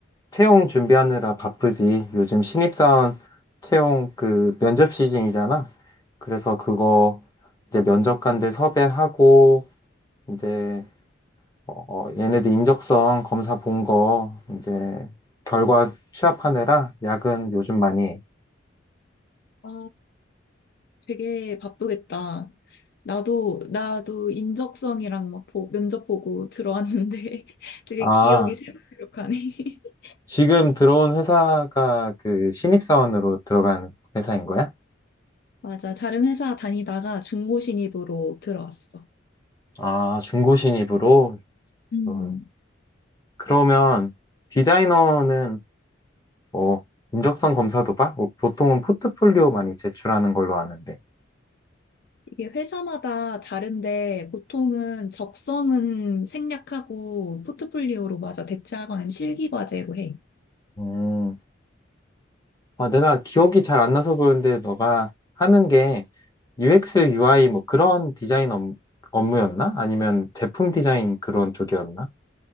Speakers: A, on the left; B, on the left.
A: 채용 준비하느라 바쁘지. 요즘 신입사원 채용 그 면접 시즌이잖아. 그래서 그거 이제 면접관들 섭외하고 이제 어, 얘네들 인적성 검사 본 거 이제 결과 취합하느라 야근 요즘 많이 해.
B: 아, 되게 바쁘겠다. 나도, 나도 인적성이랑 막 보- 면접 보고 들어왔는데 <laughs> 되게
A: 아,
B: 기억이 새록새록하네. <laughs>
A: 지금 들어온 회사가 그 신입사원으로 들어간 회사인 거야?
B: 맞아. 다른 회사 다니다가 중고 신입으로 들어왔어.
A: 아, 중고 신입으로?
B: 음.
A: 어, 그러면 디자이너는 뭐 인적성 검사도 봐? 뭐 보통은 포트폴리오 많이 제출하는 걸로 아는데.
B: 이게 회사마다 다른데 보통은 적성은 생략하고 포트폴리오로 맞아 대체하거나 아니면 실기 과제로 해.
A: 음. 아, 내가 기억이 잘 안 나서 그런데 너가 하는 게 UX, UI 뭐 그런 디자인 업, 업무였나? 아니면 제품 디자인 그런 쪽이었나?